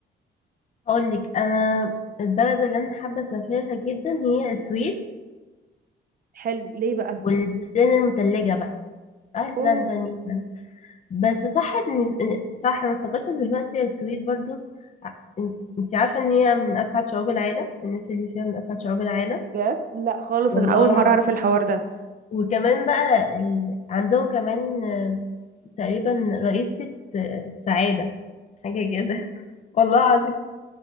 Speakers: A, on the left; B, on the right.
A: هقول لك انا البلد اللي انا حابه اسافرها جدا هي السويد
B: حلو ليه
A: والبلدان المتلجه بقى ايسلندا
B: بقى
A: نيوزيلندا بس صح إن- صح انا افتكرت دلوقتي السويد برضو ع- إن- انت عارفه ان هي من اسعد شعوب العالم الناس اللي فيها من اسعد شعوب العالم
B: بجد لا خالص
A: والله
B: انا اول
A: العظيم
B: مره اعرف الحوار ده
A: وكمان بقى ال... عندهم كمان آه، تقريبا رئيسة آه، السعادة حاجة كده <laughs> والله العظيم